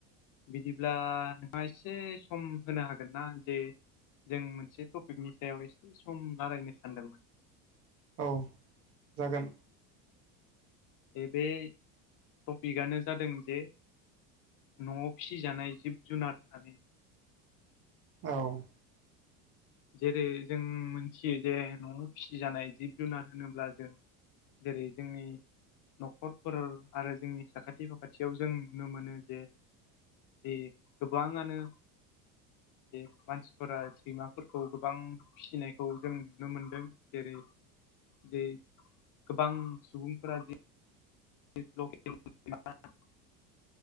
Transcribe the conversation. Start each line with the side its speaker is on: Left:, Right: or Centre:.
Left: बिदिब्ला नोंहा एसे सम होनो हागोन ना जे जों मोनसे टपिकनि सायाव एसे सम रायलायनो सानदोंमोन
Right: औ जागोन
Left: बे टपिकआनो जादों जे न'आव फिसिजानाय जिब जुनार होननानै
Right: औ <inaudible>
Left: जेरै जों मोनथियो जे न'आव फिसिजानाय जिब जुनार होनोब्ला जों जेरै जोंनि न'खरफोर आरो जोंनि साखाथि फाखाथियाव जों नुनो मोनो जे दे गोबाङानो जे मानसिफोरा सैमाफोरखौ गोबां फिसिनायखौ जों नुनो मोनदों जेरै जे गोबां सुबुंफोरा जे <unintelligible> गुबुन